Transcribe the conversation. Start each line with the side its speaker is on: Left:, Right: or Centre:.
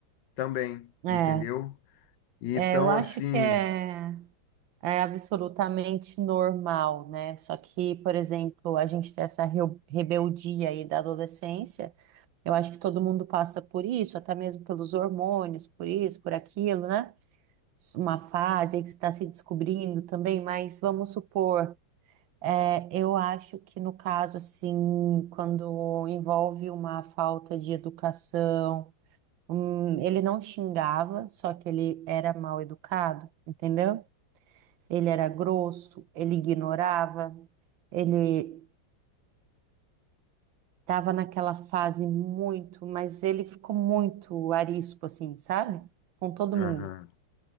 Left: também,
Right: É.
Left: entendeu? E
Right: É,
Left: Então,
Right: eu acho
Left: assim.
Right: que é, é absolutamente normal, né? Só que, por exemplo, a gente tem essa reu- rebeldia aí da adolescência. Eu acho que todo mundo passa por isso, até mesmo pelos hormônios, por isso, por aquilo, né? uma fase aí que você está se descobrindo também, mas vamos supor, é, eu acho que no caso, assim, quando envolve uma falta de educação, hum, ele não xingava, só que ele era mal educado, entendeu? Ele era grosso, ele ignorava, ele estava naquela fase muito, mas ele ficou muito arisco, assim, sabe? Com todo
Left: Aham,
Right: mundo.